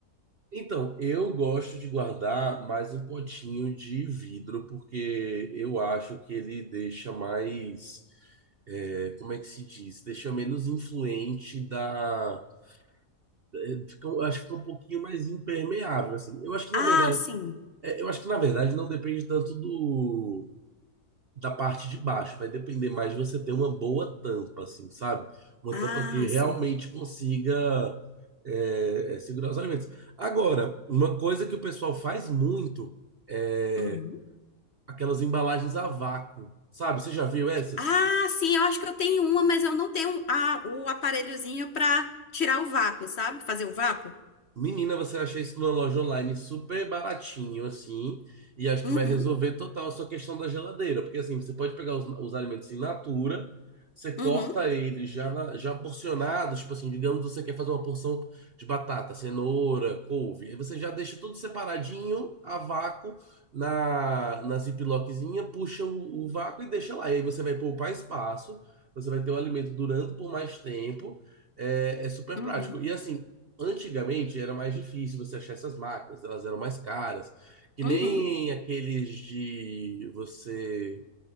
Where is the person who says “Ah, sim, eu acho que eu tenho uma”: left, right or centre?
Left